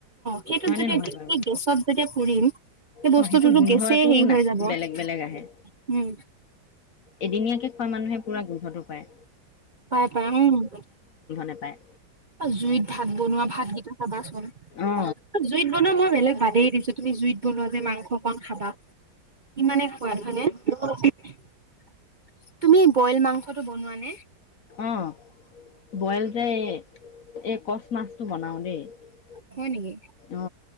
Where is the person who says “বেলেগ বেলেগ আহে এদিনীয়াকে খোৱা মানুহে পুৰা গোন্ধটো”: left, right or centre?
Left